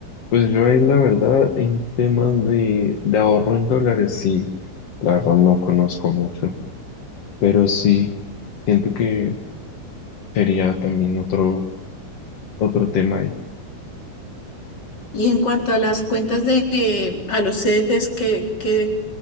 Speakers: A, on the left; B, on the left.
A: pues yo ahí la verdad en temas de, de ahorro en dólares, sí, la verdad no conozco mucho, pero sí, siento que sería también otro, otro tema
B: Y en cuanto a las cuentas de, eh, a los CDTs, ¿qué, qué